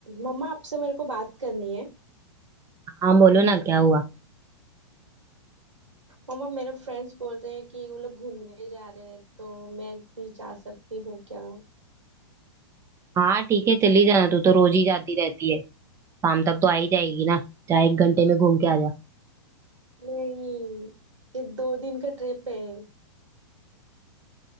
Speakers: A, on the right; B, on the right.
A: मम्मा आपसे मेरे को बात करनी है
B: हाँ बोलो ना क्या हुआ
A: मम्मा मेरे फ्रेंड्स बोल रहे हैं कि वो लोग घूमने जा रहे हैं तो मैं भी जा सकती हूँ क्या
B: हाँ ठीक है चली जाना तू तो रोज ही जाती रहती है शाम तक तो आ ही जाएगी ना जा एक घंटे में घूम के आ जा
A: नहीं ये दो दिन का ट्रिप है